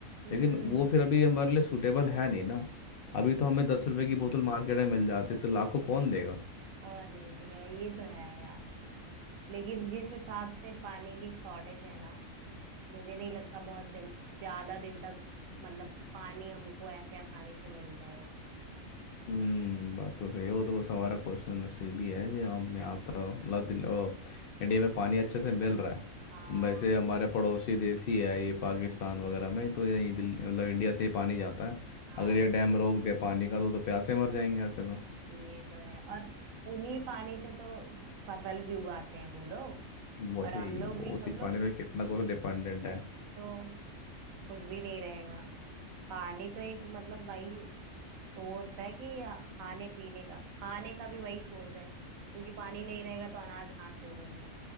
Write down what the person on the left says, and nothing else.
लेकिन वो फिर अभी हमारे लिए सूटेबल है नहीं ना
अभी तो
हमें दस रुपए की बोतल मार्केट में मिल जाती है तो लाखों कौन देगा
हम्म बात तो सही है वो तो बस हमारा क्वेश्चन नसीबी है जी हमें आता मतलब दिल- ओ, इंडिया में पानी अच्छे से मिल रहा है
वैसे हमारे पड़ोसी देश ही है ये पाकिस्तान वगैरह में तो ये दिल मतलब इंडिया से ही पानी जाता है
अगर ये डैम रोक दे पानी का तो, तो प्यासे मर जाएंगे ऐसे तो
वही
वो
उसी
पानी पे कितना कुछ डिपेंडेंट है